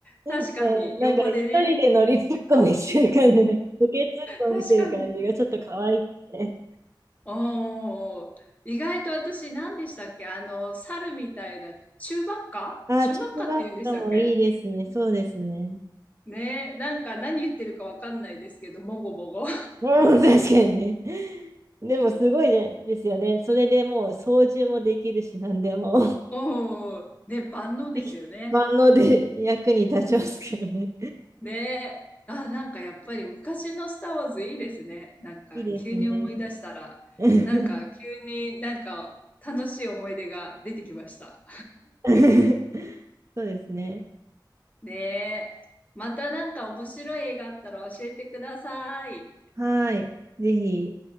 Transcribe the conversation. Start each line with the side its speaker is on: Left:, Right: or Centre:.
Right: うん
Left: 確かに、
Right: なんか一人で乗りツッコミしてる感じで、
Left: 横でね。
Right: ボケツッコミしてる感じがちょっと可愛くて。
Left: 確かに。おー、意外と私何でしたっけあの、猿みたいな、中ばっか中ばっかって言うんでしたっけ
Right: ああ、チューバッカもいいですね。そうですね。
Left: ね、なんか何言ってるかわかんないですけど、もごもご。
Right: うん、確かにね。でもすごいでですよね。それでもう操縦もできるし、何でも。
Left: <laughs> おー、ね、万能ですよね。
Right: <laughs> 万能で役に立ちますからね。
Left: ね、あ、なんかやっぱり昔のスター・ウォーズいいですね。なんか急に思い出したら、
Right: いいですね。<laughs>
Left: なんか急になんか楽しい思い出が出てきました。
Right: <laughs> そうですね。
Left: ねえ。またなんか面白い映画あったら教えてください。
Right: はい。ぜひ、